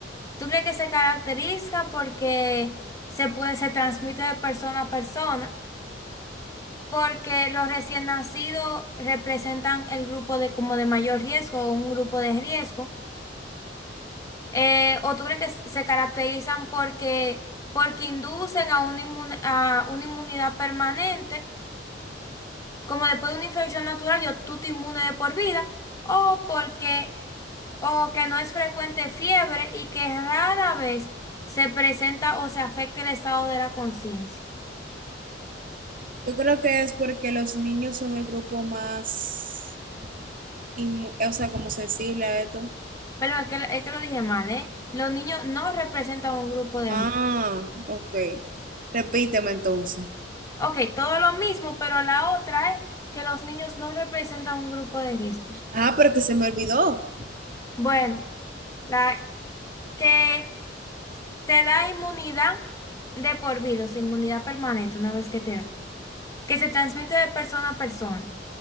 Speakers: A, on the left; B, on the right.
A: ¿Tú crees que se caracteriza porque se puede, se transmite de persona a persona? Porque los recién nacidos representan el grupo de como de mayor riesgo o un grupo de riesgo. Eh, ¿o tú crees que se caracterizan porque, porque inducen a una, inmun- a una inmunidad permanente, como después de una infección natural, yo tú te inmune de por vida, o porque, o que no es frecuente fiebre y que rara vez se presenta o se afecta el estado de la conciencia?
B: Yo creo que es porque los niños son el grupo más Y, mu- o sea, como sensible a esto.
A: Perdón, es que, lo- es que lo dije mal, ¿eh? Los niños no representan un grupo de
B: Ah,
A: riesgo.
B: ok. Repíteme entonces.
A: Ok, todo lo mismo, pero la otra es que los niños no representan un grupo de riesgo.
B: Ah, pero que se me olvidó.
A: Bueno, la que te da inmunidad de por vida, o sea, inmunidad permanente una vez que te da, que se transmite de persona a persona,